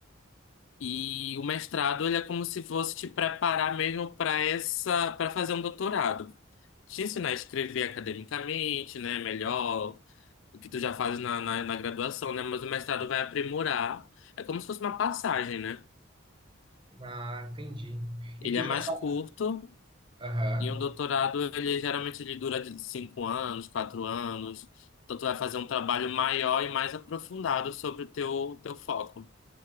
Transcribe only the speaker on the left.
E o mestrado, ele é como se fosse te preparar mesmo para essa, para fazer um doutorado. Te ensinar a escrever academicamente, né, melhor, o que tu já fazes na, na, na graduação, né, mas o mestrado vai aprimorar. É como se fosse uma passagem, né?
Ele
é
mais
curto
e um doutorado, ele geralmente ele dura de cinco anos, quatro anos. Então tu vai fazer um trabalho maior e mais aprofundado sobre o teu, teu foco.